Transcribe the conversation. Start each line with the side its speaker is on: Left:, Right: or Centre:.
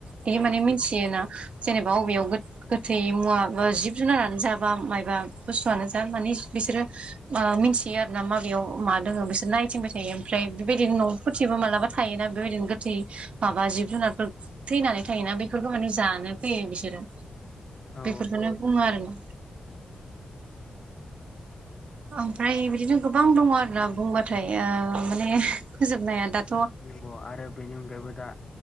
Right: बियो
Left: औ
Right: माने मिथियोना जेनेबा बबेयाव गोथै मुवा बा जिब जुनारानो जा बा मायबा बुस्थुआनो जा माने बिसोरो मिन्थियो आरो ना माबेयाव मा दोङो बिसोर नायथिंबाय थायो ओमफ्राय बेबायदिनो न'फोरथिबो मालाबा थायोना बेबायदिनो गोथै माबा जिब जुनारफोर थैनानै थायोना बेफोरखौ माने जानो फैयो बिसोरो
Left: औ
Right: बेफोरखौनो बुङो आरो ना ओमफ्राय बिदिनो गोबां दङ आरोना बुंबाथाय माने फोजोबनाया दा
Left: नंगौ आरो बेनि अनगायैबो दा